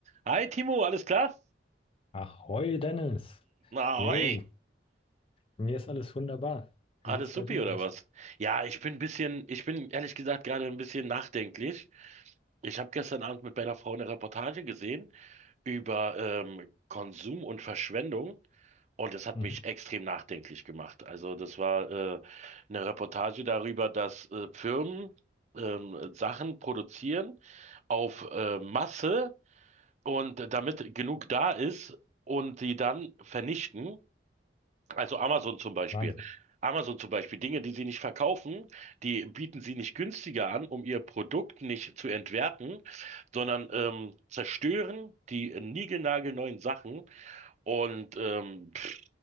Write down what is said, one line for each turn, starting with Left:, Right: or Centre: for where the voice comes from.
Right: Hi Timo, alles klar?
Left: Ahoi, Dennis.
Right: Ahoi.
Left: Jo, mir ist alles wunderbar. Wie
Right: Alles
Left: sieht's bei
Right: supi
Left: dir
Right: oder
Left: aus?
Right: was? Ja, ich bin ein bisschen, ich bin ehrlich gesagt gerade ein bisschen nachdenklich. Ich habe gestern Abend mit meiner Frau eine Reportage gesehen über ähm, Konsum und Verschwendung und das hat
Left: Mhm.
Right: mich extrem nachdenklich gemacht. Also das war äh, eine Reportage darüber, dass äh, Firmen ähm, Sachen produzieren auf äh, Masse und damit genug da ist und die dann vernichten. Also Amazon zum Beispiel.
Left: Wahnsinn.
Right: Amazon zum Beispiel, Dinge, die sie nicht verkaufen, die bieten sie nicht günstiger an, um ihr Produkt nicht zu entwerten, sondern ähm, zerstören die niegelnagelneuen Sachen. Und ähm, pff,